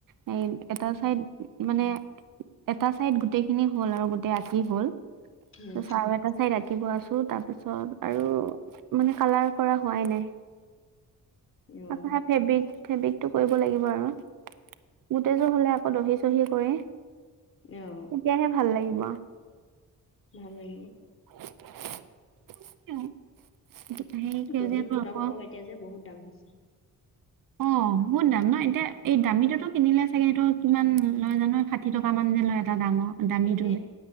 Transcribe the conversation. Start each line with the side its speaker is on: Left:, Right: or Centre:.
Right: এ এটা চাইদ মানে-এটা চাইদ গোটেই খিনি হ'ল আৰু গোটেই আঁকি হ'ল।
Left: উম
Right: তাপিছ আও এটা চাইদ আ আঁকিব আছো তাপিছত আৰু মানে কালাৰ কৰা হোৱাই নাই।
Left: অ
Right: আকৌ হেয়া ফেবিক ফেব্ৰিকটো কৰিব লাগিব আৰু। গোটেই জোৰ হ'লে আকৌ দহিছ দহি কয়ে।
Left: ইঅ।
Right: তেতিয়াহে ভাল লাগিব।
Left: ভালে।
Right: <inaudible> সেউজীয়াটো
Left: দহি সূতা
Right: আকৌ
Left: সোপাও এতিয়া যে বহুত দাম। হছে।
Right: অ' বহুত দাম ন? এতিয়া এই দামীটোতো কিনিলে চাগে হেটো কিমান লয় জানো ষাঠি টকামান যে লয় এটা ডাঙৰ দামীটো
Left: এনে,
Right: যে।